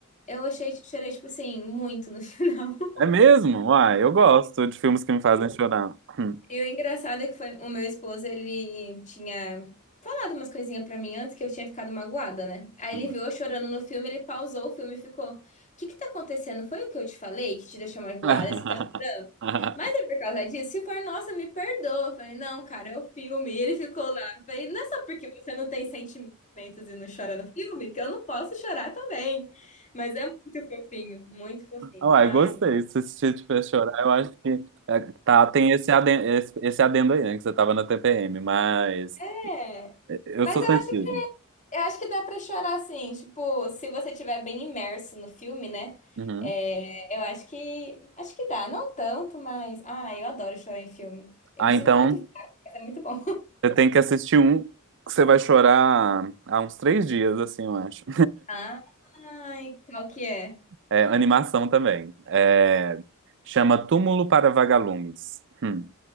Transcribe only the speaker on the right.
É mesmo? Uai, eu gosto de filmes que me fazem chorar. Hum,
hum.
<laughs>
Uai,
gostei. Se esse te tiver chorar, eu acho que é, tá, tem esse aden- esse- esse adendo, aí, né? Que você tava na TPM, mas
eu
sou
sensível.
Uhum.
Ah,
então
você tem que assistir um que você vai chorar há uns três dias, assim, eu acho.
É, animação também. É, chama Túmulo para Vagalumes. Hum.